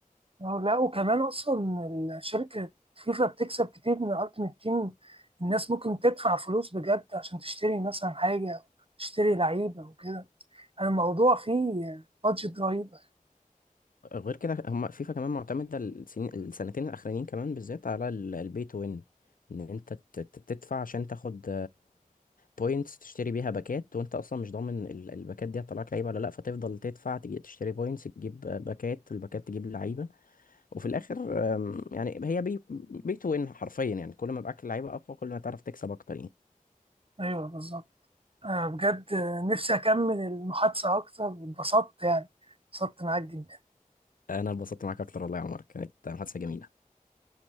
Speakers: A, on the right (about 40°); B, on the left (about 70°).
A: آه، لا وكمان أصلا الشركة فيفا بتكسب كتير من الألتيميت تيم الناس ممكن تدفع فلوس بجد عشان تشتري مثلا حاجة أو تشتري لعيبة وكده يعني الموضوع فيه بادجت رهيبة
B: غير كده هم فيفا كمان معتمدة السنين السنتين الأخرانيين كمان بالذات على البي تو وين إن أنت ت- ت- تدفع عشان تاخد بوينتس تشتري بيها باكات وأنت أصلا مش ضامن ال- الباكات دي هتطلعك لعيبة ولا لأ فتفضل تدفع تجي تشتري بوينتس تجيب آه، باكات الباكات تجيب لعيبة وفي الآخر آم، يعني هي بي بي تو وين حرفيا يعني كل ما معاك لعيبة أقوى كل ما تعرف تكسب أكتر يعني
A: أيوه بالظبط آه، بجد آه، نفسي أكمل المحادثة أكتر واتبسطت يعني اتبسطت معاك جدا
B: أنا اتبسطت معاك أكتر والله يا عمر كانت محادثة جميلة